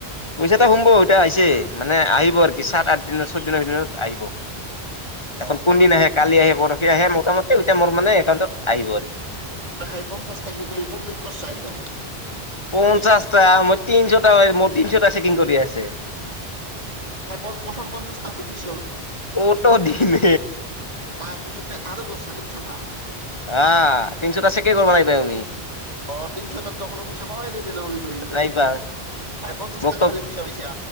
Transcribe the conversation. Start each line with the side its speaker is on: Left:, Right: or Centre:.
Left: পইচা এটা সোমব এতিয়া আহিছে মানে আহিব আৰু কি চাত-আঠ দিনৰ চৈত দিনৰ ভিতৰত আহিব। এখন
Right: অ
Left: কোন দিন আহে কালি আহে পৰখি আহে মোটামুটি এতিয়া মোৰ মানে একাউণ্টত আহিব আৰু কি
Right: পহাই পঞ্চাছটা কি তই কমপ্লিট কৰচা একদম?
Left: পঞ্চাশটা মই তিনশটা হয়, মোৰ তিনশটা চেকিং কৰি আছে।
Right: প্ৰ প্ৰথম পঞ্চাশটা হৈ গৈছে অলৰেডি।
Left: কত দিনে
Right: তাৰ পিছতে আৰু গছছা তিনিচটা।
Left: আহ তিনিচুটা চেকে কৰিব লাগিব তুমি
Right: অ তিনশ টাত তখনো পইচা পাৱাই ন তেনেহ'লে তই।
Left: নাইবা
Right: আৰে পঞ্চাশ
Left: মোকতো
Right: টাককা খালি হে পইচা পাইছা।